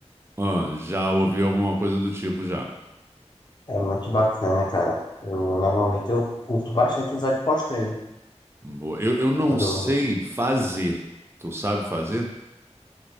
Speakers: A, on the right; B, on the left.
A: Ah, já ouvi
B: que
A: alguma coisa do tipo já.
B: É muito bacana, cara. Eu normalmente eu curto bastante usar de pós-treino.
A: Boa. Eu, eu não
B: Quando
A: sei
B: eu-
A: fazer. Tu sabe fazer? <laughs>